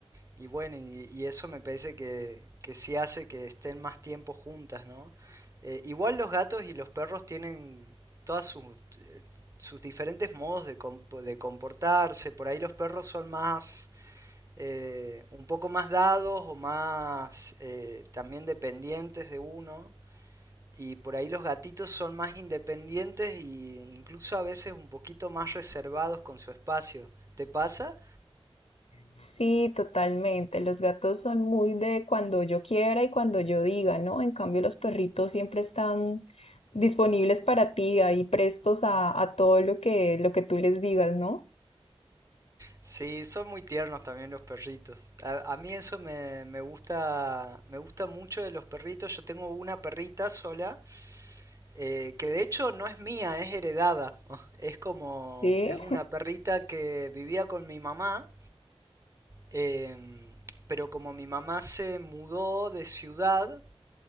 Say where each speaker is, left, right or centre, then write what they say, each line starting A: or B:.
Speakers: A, on the right; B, on the left.
A: Y bueno, y, y eso me parece que, que sí hace que estén más tiempo juntas, ¿no? Eh, igual los gatos y los perros tienen todas sus, eh, sus diferentes modos de, comp de, comportarse. Por ahí los perros son más, eh, un poco más dados o más eh, también dependientes de uno. Y por ahí los gatitos son más independientes e incluso a veces un poquito más reservados con su espacio. ¿Te pasa?
B: Sí, totalmente. Los gatos son muy de cuando yo quiera y cuando yo diga, ¿no? En cambio, los perritos siempre están disponibles para ti, ahí prestos a, a todo lo que, lo que tú les digas, ¿no?
A: Sí, son muy tiernos también los perritos. A, a mí eso me, me gusta, me gusta mucho de los perritos. Yo tengo una perrita sola, eh, que de hecho no es mía, es heredada. <laughs> Es como,
B: Sí.
A: es una perrita que vivía con mi mamá, em, pero como mi mamá se mudó de ciudad,